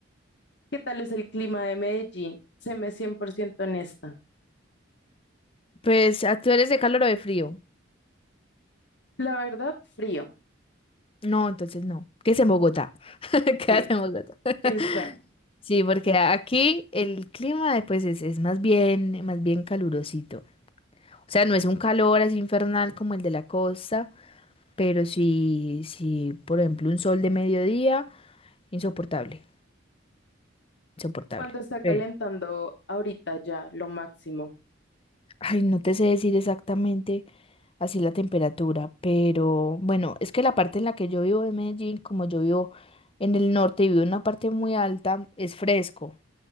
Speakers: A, on the left; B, on the left.
A: ¿Qué tal es el clima de Medellín? Se me ciento honesta.
B: Pues, ¿ah, ¿tú eres de calor o de frío?
A: La verdad, frío.
B: No, entonces no. ¿Qué es en Bogotá? <laughs> Quédate
A: Sí,
B: en Bogotá. <laughs>
A: exacto.
B: Sí, porque aquí el clima eh, pues es, es más bien, más bien calurosito. O sea, no es un calor así infernal como el de la costa, pero sí, sí, por ejemplo, un sol de mediodía Insoportable, insoportable.
A: Cuando está calentando
B: Sí.
A: ahorita ya, lo máximo.
B: Ay, no te sé decir exactamente así la temperatura, pero bueno, es que la parte en la que yo vivo en Medellín, como yo vivo en el norte y vivo en una parte muy alta, es fresco,